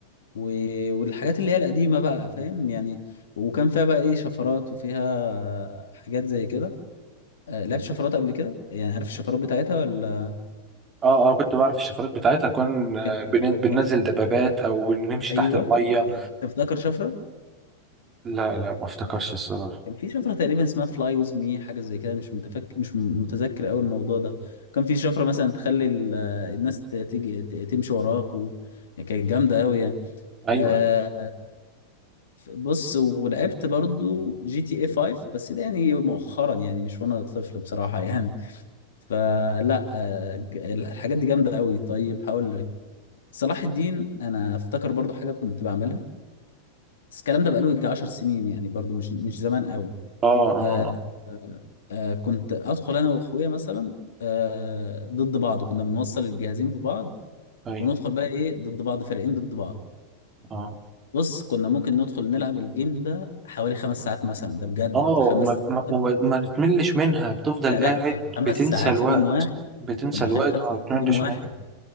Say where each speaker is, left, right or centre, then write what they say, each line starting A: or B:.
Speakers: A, on the left (about 60°); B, on the right (about 25°).
A: و... والحاجات اللي هي القديمة بقى فاهم يعني وكان فيها بقى ايه شفرات وفيها حاجات زي كده آه، لعبت شفرات قبل كده يعني عارف الشفرات بتاعتها ولا
B: اه اه كنت بعرف الشفرات بتاعتها كنا
A: كان-
B: بن- بننزل
A: كان-
B: دبابات او نمشي
A: ايوه
B: تحت الميه
A: أيوة. تفتكر شفرة
B: لا لا ما افتكرش الصراحه
A: كان في شفرة تقريبا اسمها فلاي ويز مي حاجة زي كده مش متفك... مش م- متذكر قوي الموضوع ده كان في شفرة مثلا تخلي ال... الناس ت- تيجي ت- تمشي وراك و... كانت جامدة قوي يعني
B: ايوه
A: آه،
B: أيوة.
A: بص ولعبت برضو جي تي اي 5 بس ده يعني مؤخرا يعني مش وانا طفل بصراحة يعني فلا آه، ج- الحاجات دي جامدة قوي طيب هقول لك صلاح الدين انا افتكر برضو حاجة كنت بعملها بس الكلام ده بقاله يجي 10 سنين يعني برضو مش مش زمان قوي
B: اه اه
A: آه آه آه كنت ادخل انا واخويا مثلا آه ضد بعض كنا بنوصل الجهازين ببعض
B: آه، ايوه
A: وندخل بقى ايه ضد بعض فريقين ضد بعض
B: اه
A: بص كنا ممكن ندخل نلعب الجيم ده حوالي خمس ساعات مثلا ده بجد
B: اه
A: خمس
B: ما, ما,
A: ساعات
B: ما ما بتملش منها بتفضل
A: لا
B: قاعد
A: لا، خمس
B: بتنسى
A: ساعات
B: الوقت
A: في جيم واحد
B: بتنسى
A: انت متخيل
B: الوقت
A: خمس
B: وما
A: ساعات
B: بتملش
A: في جيم واحد
B: منها